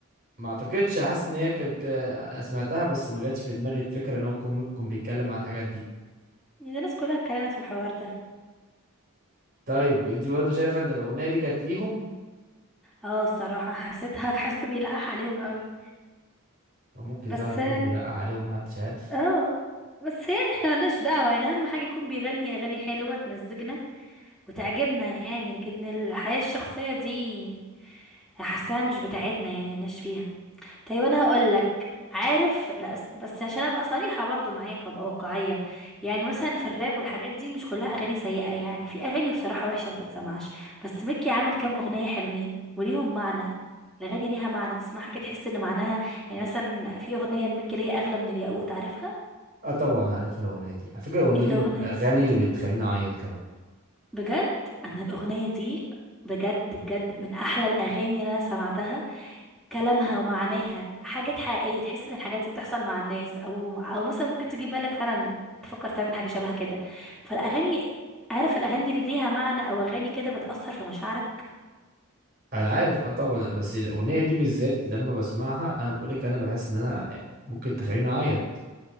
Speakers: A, on the right; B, in the centre.
A: ما اعتقدش حاسس ان هي كانت ك- أنا سمعتها بس ما جاتش في دماغي الفكره ان هو كون ممكن بيتكلم على الحاجات دي
B: دي ناس كلها اتكلمت في الحوار ده
A: طيب انت برضه شايفه ان الاغنيه دي كانت ليهم
B: اه الصراحة حسيتها <laughs> حسيته بيلقح عليهم قوي
A: او ممكن
B: بس
A: صح يكون بيلقح عليهم محدش عارف
B: اه بس يعني احنا ملناش دعوة يعني اهم حاجة يكون بيغني اغاني حلوة تمزجنا وتعجبنا يعني لكن الحياة الشخصية دي حاساها مش بتاعتنا يعني ملناش فيها طيب انا هقول لك عارف لا بس بس عشان ابقى صريحه برضو معاك وابقى واقعيه يعني مثلا في الراب والحاجات دي مش كلها اغاني سيئه يعني في اغاني بصراحه وحشه ما تتسمعش بس ميكي عامل كام اغنيه حلوين وليهم معنى الاغاني ليها معنى تسمعها كده تحس ان معناها يعني مثلا في اغنيه لميكي اللي هي اغلى من الياقوت عارفها
A: اه طبعا عارف الاغنيه دي على فكره الاغنيه
B: إيه الاغنيه
A: دي من الاغاني اللي بتخليني اعيط كمان
B: بجد انا الاغنيه دي بجد بجد من احلى الاغاني اللي انا سمعتها كلامها ومعاناها حاجات حقيقية تحس ان الحاجات دي بتحصل مع الناس او او مثلا ممكن تيجي في بالك فعلا انك تفكر تعمل حاجة شبه كده فالاغاني عارف الاغاني اللي ليها معنى او اغاني كده بتأثر في مشاعرك
A: انا عارف اه طبعا بس الاغنيه دي بالذات لما بسمعها انا بقولك انا بحس ان انا ممكن تخليني اعيط